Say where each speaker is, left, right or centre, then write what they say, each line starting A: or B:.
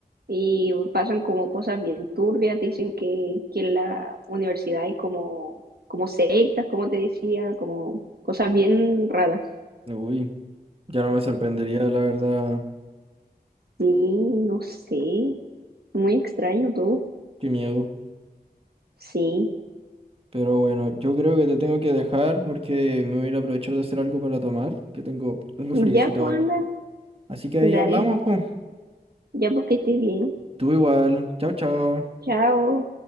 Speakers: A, on the right; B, on the right.
A: y pasan como cosas bien turbias, te dicen que, que en la universidad hay como, como sectas, como te decía, como cosas bien raras.
B: Uy, ya no me sorprendería, la verdad.
A: Sí, no sé, muy extraño todo,
B: Qué miedo.
A: sí.
B: Pero bueno, yo creo que te tengo que dejar porque me voy a ir a aprovechar de hacer algo para tomar, que tengo algo friecito.
A: Ya pues anda,
B: Así que ahí
A: dale,
B: hablamos, pues.
A: ya pues que estés bien,
B: Tú igual. Chao, chao.
A: chao.